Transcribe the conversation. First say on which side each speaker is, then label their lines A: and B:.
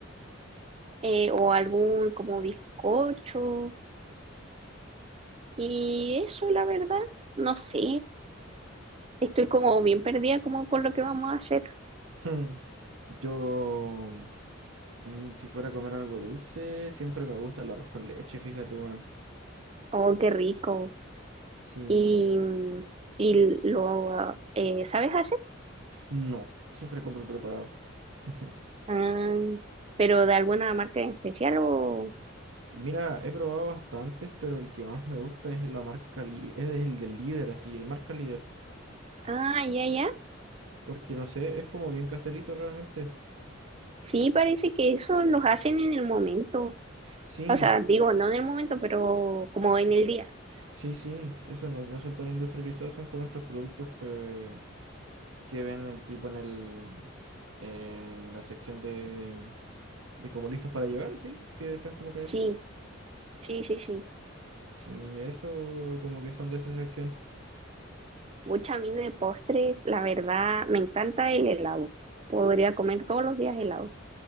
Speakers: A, on the right; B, on the right.
A: eh, o algún como bizcocho, y eso, la verdad, no sé, estoy como bien perdida como con lo que vamos a hacer.
B: Hmm. Yo, mm, si fuera a comer algo dulce, siempre me gusta el arroz con leche, fíjate, weón.
A: Oh, qué rico.
B: Sí,
A: Y, mm, y lo ah, eh, ¿sabes hacer?
B: no, siempre compro preparado. <laughs>
A: Ah, pero de alguna marca en especial o...
B: Mira, he probado bastantes, pero el que más me gusta es la marca, Li- es el del líder, así, el marca líder.
A: Ah, ya, ya.
B: Porque no sé, es como bien caserito realmente.
A: Sí, parece que eso los hacen en el momento.
B: Sí,
A: O sea, digo, no en el momento, pero como en el día.
B: sí, sí, eso no, no son tan industrializados, son como estos productos que, que venden tipo en el, en la sección de de como listos para llevar, sí, que están como calentitos.
A: Sí, sí, sí, sí.
B: Sí, eso como que son de esa sección.
A: Pucha, a mí de postres, la verdad, me encanta el helado. Podría comer todos los días helado.